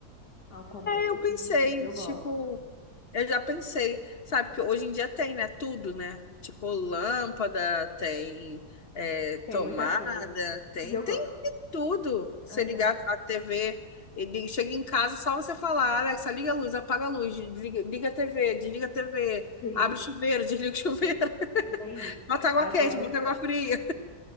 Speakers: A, on the left (about 85°); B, on the left (about 40°).
A: ao comando
B: Eu
A: assim
B: pensei,
A: de tudo. Eu
B: tipo.
A: gosto.
B: Eu já pensei, sabe, que hoje em dia tem, né? Tudo, né? Tipo, lâmpada, tem é,
A: Tem
B: tomada,
A: muita coisa.
B: tem,
A: E Eu,
B: tem
A: go-
B: de tudo. Você
A: aham,
B: ligar a TV, ele chega em casa, só você falar, Alexa, liga a luz, apaga a luz, liga, liga a TV, desliga a TV,
A: sim,
B: abre o chuveiro, <laughs> desliga o chuveiro, <laughs>
A: bem isso.
B: bota água
A: Agora,
B: quente, bota água fria.